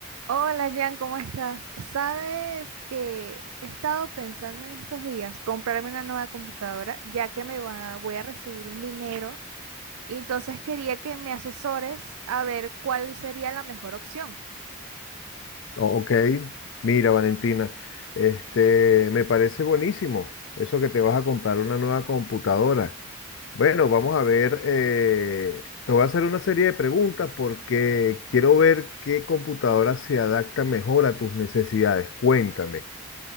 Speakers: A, on the right (about 90°); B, on the left (about 60°).
A: Hola Jan, ¿cómo estás? Sabes que he estado pensando en estos días comprarme una nueva computadora, ya que me va- voy a recibir un dinero, y entonces quería que me asesores a ver cuál sería la mejor opción.
B: O- Ok, mira Valentina, este, me parece buenísimo eso que te vas a comprar una nueva computadora. Bueno, vamos a ver, eh, te voy a hacer una serie de preguntas porque quiero ver qué computadora se adapta mejor a tus necesidades. Cuéntame,